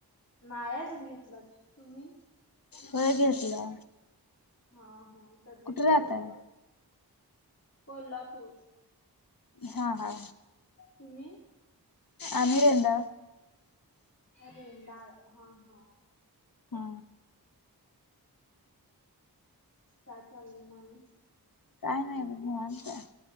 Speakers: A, on the left; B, on the left.
A: माळ्याजून घेतला तुम्ही.
B: होळग असला.
A: हा हा तब्येत
B: राहताय?
A: कशी आहे कोल्हापूर.
B: हा हा.
A: तुम्ही.
B: अमिर यंद.
A: रेंद हा हा.
B: हा.
A: काय चाललंय माने.
B: काय नाही बण का